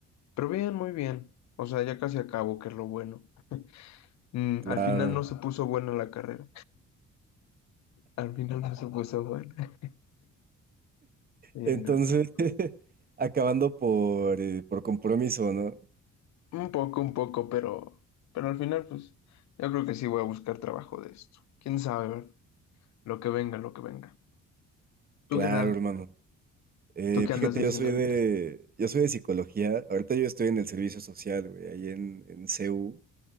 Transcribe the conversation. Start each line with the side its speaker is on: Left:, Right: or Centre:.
Left: Pero bien, muy bien. O sea, ya casi acabo, que es lo bueno. Mm,
Right: Claro.
Left: al final no se puso buena la carrera. <laughs> Al final no se puso buena. <laughs> Eh,
Right: Entonces,
Left: no, no. no.
Right: <laughs> acabando por, eh, por compromiso, ¿no?
Left: Un poco, un poco, pero, pero al final, pues, yo creo que sí voy a buscar trabajo de esto. Quién sabe, ¿verdad? Lo que venga, lo que venga. ¿Tú
Right: Claro,
Left: qué tal?
Right: hermano. Eh,
Left: ¿Tú qué
Right: fíjate,
Left: andas haciendo
Right: yo soy
Left: ahorita?
Right: de, yo soy de psicología. Ahorita yo estoy en el servicio social, güey, ahí en, en CU.